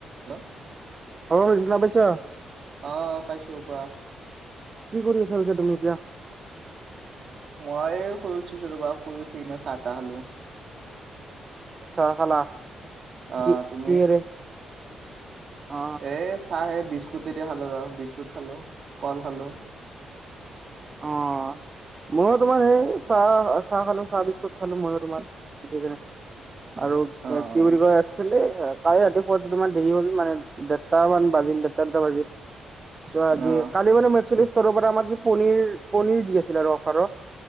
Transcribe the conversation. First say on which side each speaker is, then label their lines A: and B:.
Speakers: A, on the right (about 55°); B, on the right (about 35°).
A: Hello
B: হল শুনা পাইছ
A: অ পাইছো কোৱা।
B: কি কৰি আছা পিছে তুমি এতিয়া।
A: মই শুই উঠিছিলো ৰবা শুই উঠিকিনে চাহ তাহ খালোঁ।
B: চাহ খালা
A: অ
B: কি
A: তুমি
B: কিহেৰে অ
A: এ চাহে বিস্কুট তেদিয়া খালো বিস্কুট খালো কল খালো
B: অঁ মই তোমাৰ সেই চাহ চাহ খালো চাহ বিস্কুট খালো ময়ো তোমাৰ সেতোকাৰনে আৰু
A: অ'
B: কি বুলি কয় একছলি তাই ৰাতিপুৱাটো তোমাৰ দেৰি হ'ল মানে দেৰটা মান বাজিল দেৰটা দুটা বাজিল যোৱা
A: অ' অ'
B: কালি মানে ম ষ্টৰৰ পৰা আমাক কি পন পনিৰ দি আছিল আৰু অফাৰত।